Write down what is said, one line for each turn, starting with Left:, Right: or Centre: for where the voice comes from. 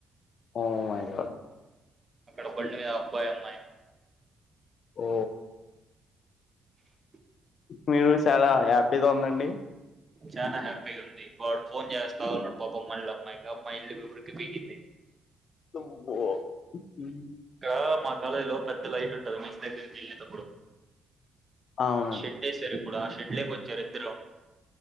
Left: ఓ మై గాడ్
Right: అక్కడ ఒక్కలే అబ్బాయి అమ్మాయి
Left: ఓ
Right: అ
Left: మీరు చాలా హ్యాపీగా ఉందండి
Right: చాలా హ్యాపీగా ఉంది వాడు ఫోన్ చేస్తా ఉ పాపం మల్ల <unintelligible> దిగింది
Left: ఓ
Right: <unintelligible>
Left: హ్మ్.
Right: మా కాలేజీలో పెద్ద లైట్ ఉంటుంది మెస్ దగ్గరికి వెళ్ళేటప్పుడు
Left: అవునండి
Right: షుడ్ యేరు ఇప్పుడు ఆ షుడ్ లోకి వచ్చారు ఇద్దరు